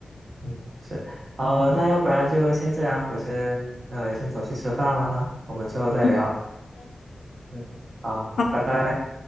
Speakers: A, on the right; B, on the left.
A: 嗯，是。好，那要不然就先这样，我先呃先走去吃饭了哈，我们之后再聊。
B: 嗯
A: 嗯，好，
B: 好的。好
A: 拜拜。